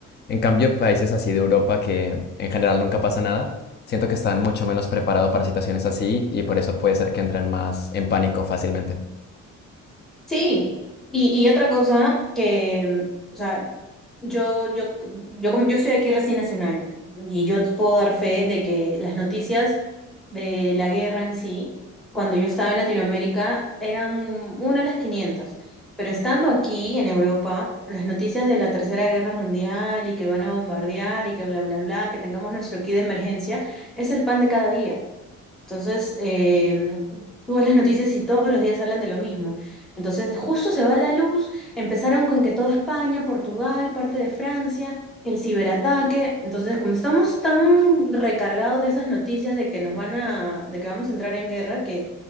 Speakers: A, on the left; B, in the centre.
A: En cambio, países así de Europa que en general nunca pasa nada, siento que están mucho menos preparados para situaciones así y por eso puede ser que entren más en pánico fácilmente.
B: Sí, y, y otra cosa que, o sea, Yo, yo, yo, como, yo estoy aquí recién hace un año y yo te puedo dar fe de que las noticias de la guerra en sí, cuando yo estaba en Latinoamérica, eran una a las quinientas Pero estando aquí en Europa, las noticias de la Tercera Guerra Mundial y que van a bombardear y que bla, bla, bla, que tengamos nuestro kit de emergencia, es el pan de cada día. Entonces, eh, tú ves las noticias y todos los días hablan de lo mismo. Entonces, justo se va la luz, empezaron con que toda España, Portugal, parte de Francia, el ciberataque. Entonces, como estamos tan recargados de esas noticias de que nos van a, de que vamos a entrar en guerra, que,